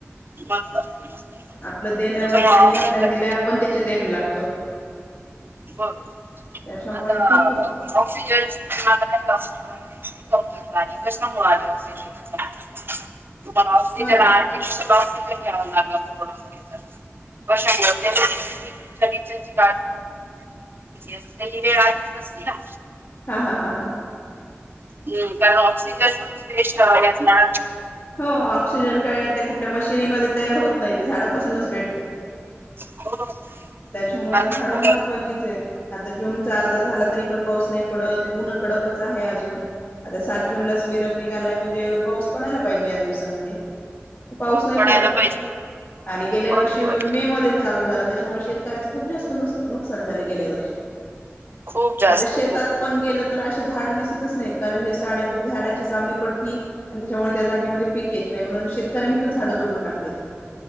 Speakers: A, on the right; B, on the left.
A: महत्वाचं आहे, महत्वाचं आहे.
B: आपलं देण
A: त्याच्यामुळे
B: त्यांनी
A: ऑक्सिजन
B: आपल्याला दिलंय आपण त्याची देण लागतो.
A: ब घ
B: त्याच्यामुळे
A: आता
B: ती कोण
A: ऑक्सिजनची <unintelligible> कमतरता आलो. कशामुळे आल ऑक्सिजनची कमतरता? तुम्हाला ऑक्सिजन
B: हो ना
A: आर्टिफिशल ऑक्सिजन घ्याव लागल कोरोना मध्ये तर. कशामुळ <unintelligible> काळजी <unintelligible> का ही वेळ आहेत नसती ना.
B: हा हा हा हा.
A: हम् कारण ऑक्सिजन पण फिनीश कराव याचा.
B: हो ऑक्सिजन काय यातल्या कुठल्या मशिनीमध्ये तयार होत नाही ते झाडापासूनच भेटत.
A: हो.
B: त्याच्यामुळे
A: कारण
B: झाडं
A: तर
B: महत्त्वाचीच आहेत. आता जून चा अर्धा झाला तरी पण पाऊस नाही पडत ऊन कडकच आहे अजून आता सात् जून लाच मीरग निघालाय म्हणजे पाऊस पडयला पाहिजे या दिवसामध्ये. पाऊस
A: हो
B: नाही
A: पडायला
B: पडत
A: पाहिजे
B: आणि गेल्या
A: बरोबर
B: वर्षी मे मध्ये चालू झाला त्याच्यामुळे शेतकऱ्याच खूप जास्त नुसका नुकसान झालय गेल्या वर्षी.
A: खूप जास्त
B: आता शेतात
A: खूप खूप
B: पण गेल
A: खूप
B: तर अशे झाड दिसतच नाहीत. कारण जे झाडे -झाडाची सावली पडती आणि त्याच्यामुळे त्या जागेमध्ये पीक येत नाही म्हणून शेतकऱ्यांनी पण झाडं तोडून टाकलीत.